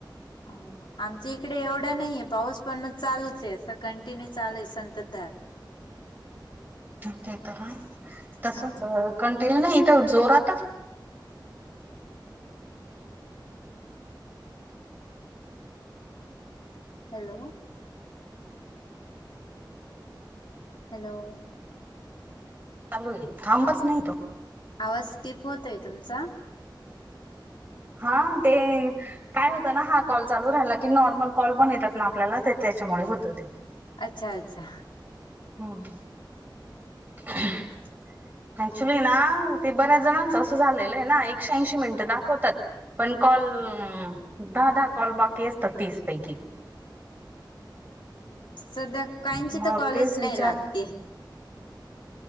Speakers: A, on the left; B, on the right.
A: हो आमच्या इकडे एव ढ नाहीये पाऊस पण मग चालूच ये अस कंटिन्यू चालूय संतधार.
B: ते तर आहेच तसच
A: हो
B: अ कंटिन्यू नाई इथ जोरातच
A: हॅलो हॅलो
B: चालू आहे खांबच नाही तो.
A: आवाज स्कीप होतोय तुमचा.
B: हां ते काय होत ना हा कॉल चालू राहिला की नॉर्मल कॉल पण येतात ना आपल्याला ते त्याच्यामुळ होत ते.
A: अच्छा अच्छा
B: हम्म <inaudible> ऍक्च्युली येना ते बऱ्याच जणांच अस झालेल आहे ना एकशेऐंशी मिनिट दाखवतात. पण कॉल दहा दहा कॉल बाकी असतात तीस पैकी.
A: सध्या काहींची
B: मग
A: तर कॉलच
B: तेच
A: नाही
B: विचार
A: लागते.